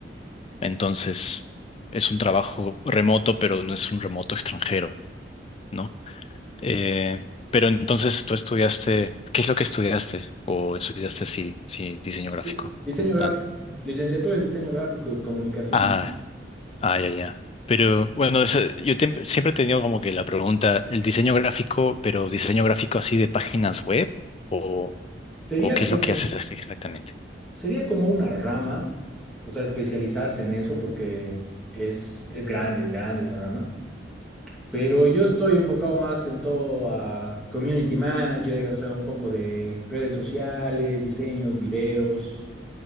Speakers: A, on the left; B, in the centre.
A: Entonces, es un trabajo remoto, pero no es un remoto extranjero, ¿no? Eh, pero entonces tú estudiaste, ¿qué es lo que estudiaste? ¿O estudiaste si, si diseño gráfico
B: Sí, Diseño
A: como tal?
B: gráfico, licenciatura en diseño gráfico y comunicación.
A: Ah. Ah, ya, ya. Pero bueno, eso- yo tem- siempre he tenido como que la pregunta, ¿el diseño gráfico, pero diseño gráfico así de páginas web? ¿O,
B: Sería
A: o qué
B: como,
A: es lo que haces así exactamente?
B: sería como una rama, o sea, especializarse en eso porque es, es grande, es grande esa rama. Pero yo estoy enfocado más en todo a community manager, o sea, un poco de redes sociales, diseños, videos,